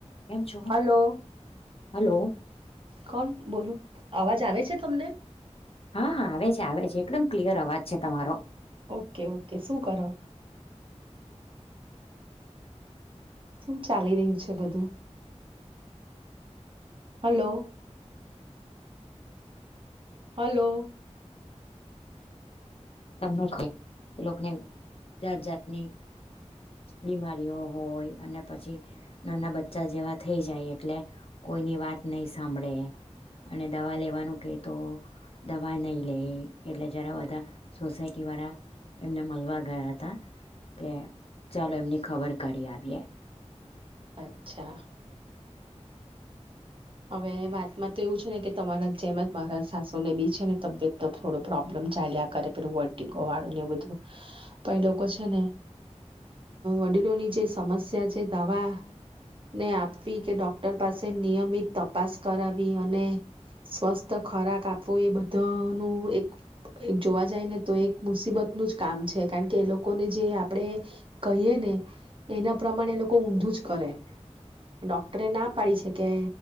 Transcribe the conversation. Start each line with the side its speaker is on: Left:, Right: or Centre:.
Left: કેમ છો?
Right: Hello
Left: hello.
Right: કોણ બોલો અવાજ આવે છે તમને?
Left: હા હા આવે છે આવે છે એકદમ ક્લિયર અવાજ છે તમારો.
Right: ઓકે ઓકે શું કરો? શું ચાલી રહ્યું છે બધું? હલો. હલો.
Left: એ લોકોને જાત જાતની બીમારીઓ હોય અને પછી, નાના બચ્ચા જેવા થઈ જાય એટલે, કોઈની વાત નહી સાંભળે, અને દવા લેવાનું કે તો દવા નહી લે, એટલે જરા બધા સોસાયટી વાળા એમને મળવા ગયા હતા. કે ચાલો એમની ખબર કાઢી આવીએ.
Right: અચ્છા. હવે વાતમાં તો એવું છે ને કે તમારા જેમ જ મારા સાસુને બી છે ને તબિયત થોડો પ્રોબ્લેમ ચાલ્યા કરે પેલુ વટીકો વાળુંને એ બધું, પણ એ લોકો છે ને વડીલોની જે સમસ્યા જે દવા ને આપવી કે ડોક્ટર પાસે નિયમિત તપાસ કરાવી અને, સ્વસ્થ ખોરાક આપવો એ બધાનું એક જોવા જાય ને તો એક મુસીબતનું જ કામ છે કારણ કે એ લોકોને જે આપણેે, કહીએ ને, એના પ્રમાણે એ લોકો ઊંધું જ કરે, ડોક્ટરે ના પાડી છે કે